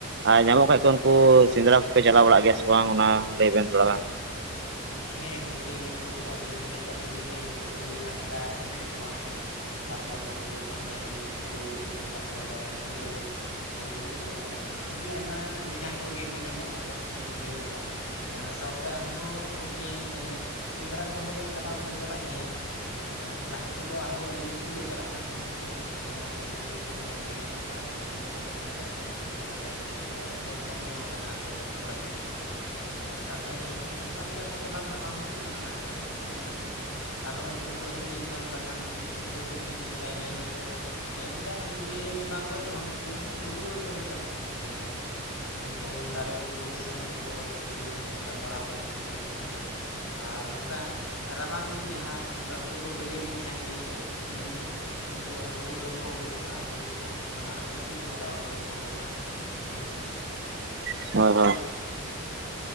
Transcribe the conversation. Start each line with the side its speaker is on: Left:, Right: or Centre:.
Right: ᱟᱨ ᱧᱟᱢᱚᱜ ᱠᱷᱟᱡ ᱠᱚ ᱩᱱᱠᱩ ᱥᱮᱸᱫᱽᱨᱟ ᱠᱚᱯᱮ ᱪᱟᱞᱟᱣ ᱵᱟᱲᱟᱜ ᱜᱮᱭᱟ ᱥᱮ ᱵᱟᱝ ᱚᱱᱟ ᱞᱟᱹᱭ ᱵᱮᱱ ᱛᱷᱚᱲᱟ ᱜᱟᱱ
Left: ᱦᱮᱸ ᱜᱚᱢᱠᱮ ᱱᱩᱠᱩ ᱟᱵᱤᱱ ᱡᱟᱦᱟᱸ ᱞᱮᱠᱟ ᱵᱮᱱ ᱞᱟᱹᱭ ᱠᱮᱜ ᱱᱩᱠᱩ ᱛᱩᱭᱩ, ᱦᱟᱰᱜᱟᱨ ᱦᱮᱱᱟᱜ ᱠᱚᱣᱟ ᱦᱮᱸ ᱛᱟᱯᱚᱨ ᱱᱩᱠᱩ ᱪᱮᱢᱮᱧ, ᱛᱩᱲ ᱛᱟᱯᱚᱨᱮ ᱠᱩᱞᱟᱹᱭ ᱦᱳᱭ ᱱᱩᱠᱩ ᱟᱹᱰᱤ ᱟᱭᱢᱟ ᱞᱮᱠᱟᱱ ᱠᱚᱜᱮ ᱠᱚ ᱧᱟᱢᱚᱜ ᱟᱠᱚ ᱡᱤᱵᱽᱡᱤᱭᱟᱹᱞᱤ ᱠᱚ ᱥᱟᱶᱛᱮ ᱟᱞᱮ ᱦᱚᱸ ᱜᱚᱢᱠᱮ ᱥᱮᱸᱫᱽᱨᱟ ᱠᱚᱦᱚᱸ ᱞᱮ ᱪᱟᱞᱟᱣ ᱫᱚᱞᱮ ᱪᱟᱞᱟᱜ ᱜᱮᱭᱟ᱾ ᱮᱜ ᱞᱟᱦᱟ ᱛᱮᱫᱚ ᱟᱨᱦᱚᱸ ᱟᱹᱰᱤ ᱡᱟᱹᱥᱛᱤ ᱞᱮ ᱪᱟᱞᱟᱜ ᱠᱟᱱ ᱛᱟᱦᱮᱱᱟ ᱱᱤᱛᱚᱜ ᱫᱚ ᱜᱤᱫᱽᱨᱟᱹ ᱠᱚ ᱡᱚᱛᱚ ᱡᱚᱛᱚ ᱜᱮ ᱵᱟᱨᱦᱨᱮ ᱠᱟᱹᱢᱤ ᱛᱮᱠᱚ ᱥᱮᱱ ᱟᱠᱟᱱᱟ ᱛᱟᱦᱞᱮ ᱠᱟᱹᱴᱤᱡ ᱞᱮ ᱠᱚᱢ ᱧᱚᱜ ᱟᱠᱟᱱᱟ ᱟᱛᱩ ᱨᱮᱱ ᱠᱚᱲᱟ ᱜᱤᱫᱽᱨᱟᱹ ᱠᱚ ᱦᱮᱸ ᱛᱟᱞᱦᱮ ᱚᱱᱠᱟ ᱞᱮᱠᱟ ᱫᱚ ᱪᱟᱞᱟᱣ ᱫᱚ ᱵᱟᱝ ᱦᱩᱭᱩᱜ ᱠᱟᱱᱟ ᱦᱟᱸᱜ ᱮ ᱟᱨᱦᱚᱸ ᱩᱱᱠᱩ ᱠᱚ ᱦᱮᱡ ᱞᱤᱧ ᱠᱷᱟᱱ ᱵᱟᱠᱷᱟᱱ ᱯᱨᱚᱛᱮᱠ ᱫᱤᱱ ᱞᱮᱠᱟᱜᱮ ᱱᱩᱠᱩ ᱦᱮᱸ ᱮᱴᱟᱜ ᱡᱤᱵᱽᱼᱡᱤᱭᱟᱹᱞᱤ ᱵᱟᱝ ᱜᱚᱡ ᱨᱮᱦᱚᱸ ᱱᱩᱠᱩ ᱜᱩᱰᱩ ᱜᱚᱡ ᱫᱚᱞᱮ ᱪᱟᱞᱟᱜ ᱛᱮᱦᱮᱱ ᱜᱮᱭᱟ᱾ ᱱᱩᱠᱩ ᱫᱟᱨᱮ ᱜᱩᱰᱩ ᱥᱮ ᱱᱩᱠᱩ ᱚᱛ ᱜᱩᱰᱩ ᱱᱚᱝᱠᱟ ᱛᱟᱲᱟᱣ ᱠᱟᱛᱮ ᱩᱰᱩᱜ ᱦᱮᱸ ᱟᱨ ᱱᱚᱝᱠᱟ ᱨᱟᱵᱟᱝ ᱫᱤᱱ ᱡᱟᱦᱟᱸ ᱱᱚᱝᱠᱟ ᱦᱳᱲᱳ ᱠᱚ ᱵᱤᱞᱤ ᱞᱤᱧ ᱠᱷᱟᱱ ᱜᱮ ᱩᱜ ᱱᱩᱠᱩ ᱦᱩᱲᱩ ᱡᱚᱢ ᱠᱚ ᱩᱰᱩᱠᱚᱜ-ᱟ ᱜᱩᱰᱩ ᱠᱚ ᱚᱱᱟ ᱯᱟᱹᱥᱤ ᱠᱚ ᱚᱰᱟᱣ ᱚᱴᱚᱣᱟᱠᱚ ᱦᱩᱭᱩᱜ-ᱟ᱾ ᱦᱮᱸ
Right: <inaudible>